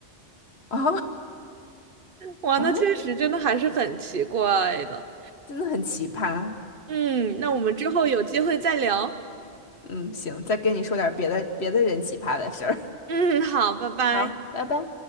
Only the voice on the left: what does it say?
啊 <laughs>
啊，
真的很奇葩。
嗯，行，再跟你说点别的别的人奇葩的事儿。<laughs>
好，拜拜。